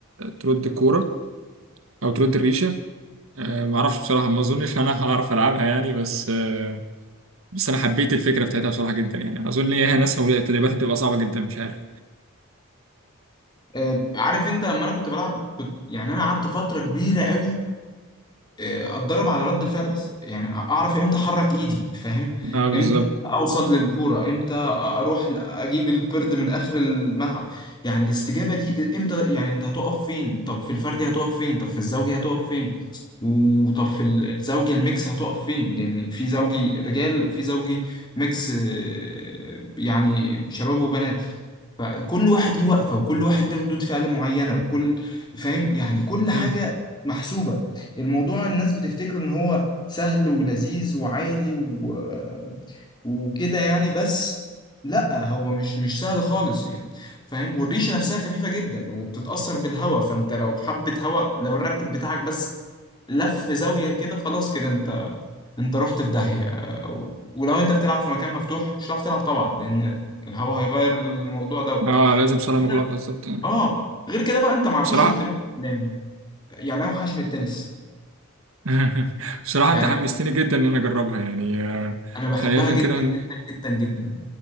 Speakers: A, on the right (about 70°); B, on the left (about 20°).
A: ترد الكوره او ترد الريشه آه ما اعرفش بصراحه ما اظنش انا هعرف العبها يعني بس آه بس انا حبيت الفكره بتاعتها بصراحه جدا يعني اظن ان هي ناسها والتدريبات هتبقى صعبه جدا مش عارف
B: آه، عارف انت لما انا كنت بلعب كنت يعني انا قعدت فترة كبيرة قوي آه، اتدرب على رد الفعل بس يعني أ- اعرف امتى احرك ايدي فاهم
A: اه بالظبط
B: امتى اوصل للكوره امتى اروح ل- اجيب البرد من اخر الملعب يعني الاستجابه دي امتى يعني انت هتقف فين طب في الفردي هتقف فين طب في الزوجي هتقف فين وطب في ال- الزوجي الميكس هتقف فين لان في زوجي رجال وفي زوجي ميكس آه، يعني شباب وبنات فكل واحد ليه وقفه وكل واحد ليه ردود فعل معينه وكل فاهم يعني كل حاجه
A: مم.
B: محسوبه الموضوع الناس بتفتكره ان هو سهل ولذيذ وعادي و... وكده يعني بس لا هو مش مش سهل خالص يعني فاهم والريشه نفسها خفيفه جدا وبتتاثر بالهواء فانت لو حبه هواء لو الراكت بتاعك بس لف زاويه كده خلاص كده انت انت رحت في داهيه و- ولو انت بتلعب في مكان مفتوح مش هتعرف تلعب طبعا لان الهواء هيغير الموضوع دوت
A: اه لازم صاله مغلقه
B: كده
A: بالظبط آه.
B: اه غير كده بقى انت ما فيش
A: بصراحه
B: اهتمام اعلامي يعني اوحش من التنس
A: <laughs> بصراحة
B: يعني
A: أنت حمستني جدا إن أنا أجربها يعني آه،
B: انا بحبها
A: خلينا
B: جدا
A: كده ن-
B: جدا جدا جدا